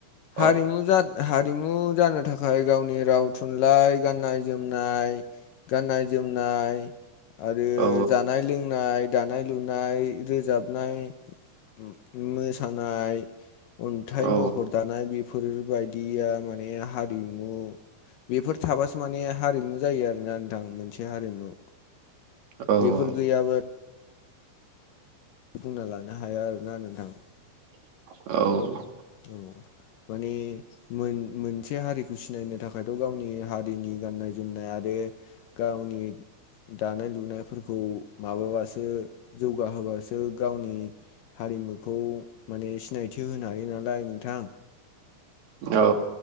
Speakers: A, on the left; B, on the right.
A: हारिमु
B: औ
A: जा हारिमु जानो थाखाय गावनि राव, थुनलाइ, गाननाय जोमनाय गाननाय जोमनाय आरो
B: औ
A: जानाय लोंनाय दानाय लुनाय, रोजाबनाय, मो-मो-मोसानाय अन्थाइ
B: औ
A: महर दानाय, बेफोरबायदिया माने हारिमु बेफोर थाबासो माने हारिमु जायो आरोना नोंथां मोनसे हारिमु।
B: औ
A: बेफोर गैयाबा बुंना लानो हाया आरोना नोंथां।
B: औ।
A: औ माने मोन-मोनसे हारिखौ सिनायनो थाखायथ' गावनि हारिनि गाननाय जोमनाय आरो गावनि दानाय लुनायफोरखौ माबाबासो जौगाहोबासो गावनि हारिमुखौ माने सिनायथि होनो हायो ना लाय नोंथां।
B: औ।